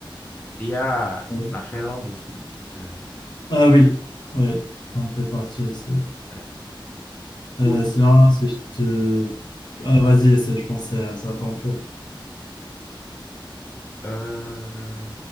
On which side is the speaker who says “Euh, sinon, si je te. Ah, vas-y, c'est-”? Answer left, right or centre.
Left